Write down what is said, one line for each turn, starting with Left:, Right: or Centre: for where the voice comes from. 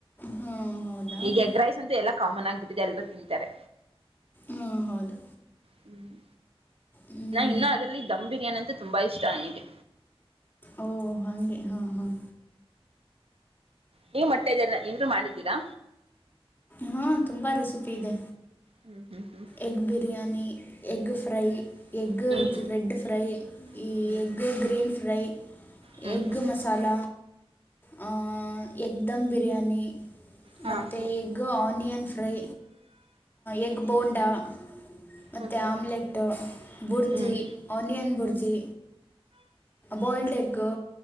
Left: ಹಾಂ ಹೌದಾ
Right: ಈಗ ಎಗ್ ರೈಸ್ ಅಂತ ಎಲ್ಲ ಕಾಮನ್ ಆಗಿಬಿಟ್ಟಿದೆ ಎಲ್ರೂ ತಿಂತಾರೆ.
Left: ಹಾ ಹೌದು
Right: ಹ್ಮ್
Left: ಹ್ಞೂ
Right: ನಾ ಇನ್ನು ಅದ್ರಲ್ಲಿ ದಧಮ್ ಬಿರಿಯಾನಿ ಅಂತ ತುಂಬಾ ಇಷ್ಟ ನನಗೆ.
Left: ಓ ಹಾಗೆ ಹಾಂ ಹಾಂ
Right: ನೀವು ಮೊಟ್ಟೆದೆಲ್ಲ <unintelligible> ಮಾಡಿದ್ದೀರಾ
Left: ಹಾ ತುಂಬಾ ರೆಸಿಪಿ ಇದೆ.
Right: ಹ್ಮ್ ಹ್ಮ್
Left: ಎಗ್ ಬಿರಿಯಾನಿ ಎಗ್ ಫ್ರೈ
Right: ಹ್ಮ್
Left: ಎಗ್
Right: ಹ್ಮ್ ಹ್ಮ್
Left: ರೆಡ್ ಫ್ರೈ
Right: ಹ್ಮ್
Left: ಈ ಎಗ್
Right: ಹ್ಮ್ ಹ್ಮ್
Left: ಗ್ರೀನ್ ಫ್ರೈ
Right: ಹ್ಮ್
Left: ಎಗ್
Right: ಹ್ಮ್ ಹ್ಮ್
Left: ಮಸಾಲ ಹ್ಮ್ ಎಗ್ದಮ್ ಬಿರಿಯಾನಿ
Right: ಹಾ
Left: ಮತ್ತೆ
Right: ಹಾ
Left: egg onion fry egg bonda ಮತ್ತೆ
Right: ಹ್ಮ್ ಹ್ಮ್
Left: ಆಮ್ಲೆಟ್ ಬುರ್ಜಿ
Right: ಹ್ಮ್
Left: ಆನಿಯನ್ ಬುರ್ಜಿ ಬಾಯಿಲ್ಡ್ ಎಗ್ಗು